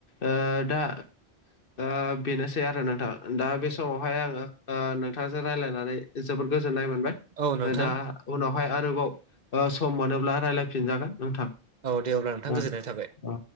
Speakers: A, on the left (about 55°); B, on the right (about 45°).
A: ओ दा ओ बेनोसै आरो नोंथां दा बे समावहाय आंङो ओ नोंथांजों रायज्लायनानै जोबोर गोजोन्नाय मोनबाय।
B: औ नोंथां
A: दा उनावहाय आरोबाव ओ सम मोनोब्ला रायलायफिनजागोन नोंथां।
B: औ दे अब्ला नोंथां
A: ओ
B: गोजोननाय थाबाय।
A: ओ